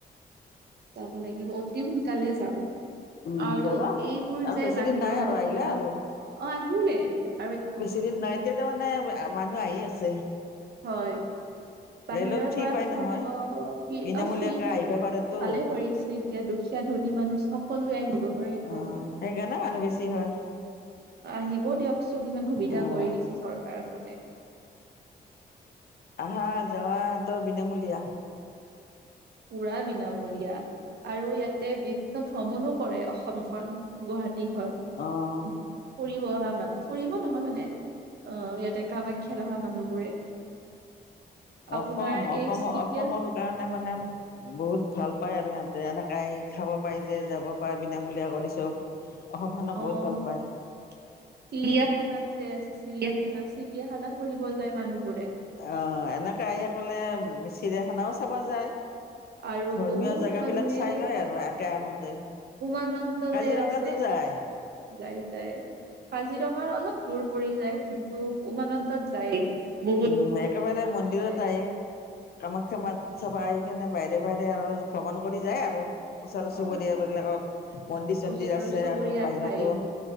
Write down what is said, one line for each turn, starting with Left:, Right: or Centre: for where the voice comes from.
Right: যাব লাগিব অতি সোনকালে যাম।
Left: উম
Right: আৰু
Left: যাবা
Right: এইবোৰ
Left: আৰু
Right: যে
Left: বেছি
Right: বাহিৰৰ
Left: দিন নাই আৰু আহিলে
Right: পৰা
Left: আৰু
Right: অ- কি লৈ আহিছা
Left: বেছি দিন নাই, এতিয়াটো মানে মানুহ আহি আছে
Right: হয়। বাহিৰৰ
Left: ৰে'লত ফ্ৰী
Right: পৰা
Left: পাই
Right: ফুৰিব
Left: নহয়
Right: <unintelligible>
Left: বিনামূলীয়াকৈ আহিব পাৰেতো
Right: ভালে কৰিছে এতিয়া দুখীয়া ধনী মানুহ সকলোৱে আহিব পাৰিব,
Left: অঁ সেইকাৰণে মানুহ বেছি হয়
Right: আহিব দিয়কচোন ইমান সুবিধা
Left: অঁ
Right: কৰি দিছে চৰকাৰে হতে
Left: আহা যোৱাটো বিনামূলীয়া
Right: পোৰা বিনামূলীয়া আৰু ইয়াতে বিভিন্ন ভ্ৰমণো কৰে অসমখন গুৱাহাটী তী ঘত
Left: অঁ
Right: ফুৰিব অহা মানুহ ফুৰিব নহয় মানে আহ ইয়াতে কামাখ্যাত অহা মানুহবোৰে আপোনাৰ
Left: অসম অসমৰ
Right: এই চিৰিয়া
Left: অসমৰ কাৰণে মানে বহুত ভাল পায় আৰু সিহঁতে এনেকাই খাব পাৰি যে যাব পাৰে বিনামূলীয়া কৰি চব অসমখনক
Right: অ
Left: বহুত
Right: চিৰিয়াখানাত
Left: ভাল পায়
Right: যে আছে চিৰিয়াখানা চিৰিয়াখানা ফুৰিব যায় মানুহবোৰে।
Left: অহ এনেকে আহে কলে চিৰিয়াখানাও চাব যায়।
Right: আৰু
Left: ধৰ্মীয়
Right: বহুত
Left: জেগাবিলাক
Right: মানুহে
Left: চাই লয় আৰু একে আহোঁতে
Right: উমানন্দ
Left: কাজিৰঙাতো
Right: যে আছে,
Left: যায়
Right: যাই-যাই কাজি কাজিৰঙা অলপ দূৰ পৰি যায় কিন্তু উমানন্দত যায়। বহুত
Left: উম একেবাৰে
Right: দূৰ মানুহে
Left: মন্দিৰত
Right: যায়
Left: আহে কামাখ্যা মাক চাব আহে। সেইকাৰনে বাইৰে বাইদৰে আৰু ভ্ৰমণ কৰি যায় আৰু। ওচৰ
Right: অ
Left: চুবুৰীয়াবিলাকত মন্দিৰ-চন্দিৰ
Right: ওচৰ
Left: আছে
Right: চুবুৰীয়া
Left: আৰু বাহিৰতো
Right: ঠাই